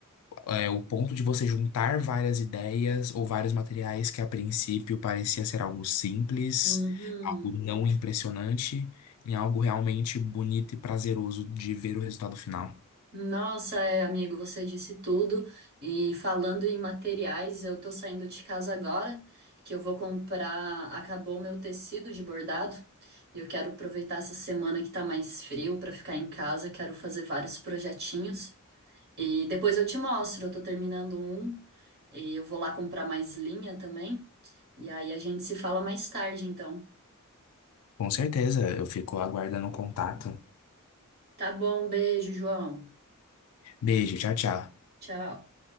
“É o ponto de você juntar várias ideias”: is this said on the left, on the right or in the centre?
Left